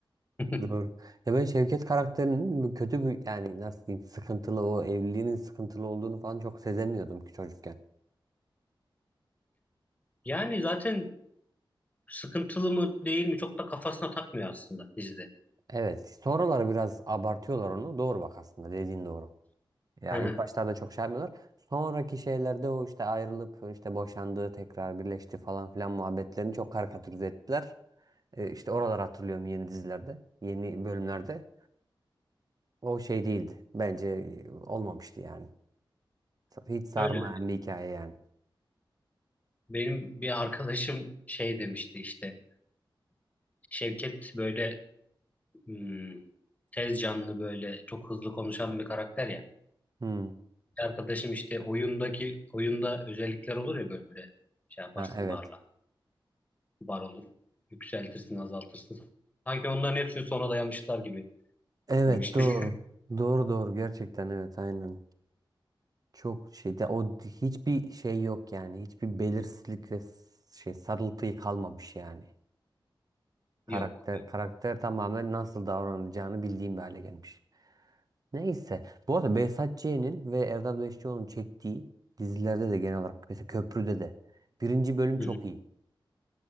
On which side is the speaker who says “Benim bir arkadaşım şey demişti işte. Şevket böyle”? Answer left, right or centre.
Left